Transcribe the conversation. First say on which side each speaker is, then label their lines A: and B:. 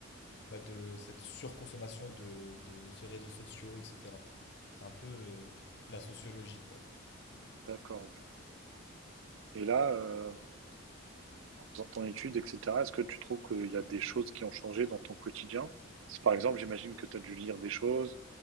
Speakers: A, on the left (about 55°); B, on the right (about 70°).
A: bah, de cette surconsommation de, de ces réseaux sociaux, etc. C'est un peu euh, la sociologie, quoi.
B: D'accord, OK. Et là, heu en faisant ton étude, etc. Est-ce que tu trouves qu'il y a des choses qui ont changé dans ton quotidien? Parce Par exemple, j'imagine que tu as dû lire des choses,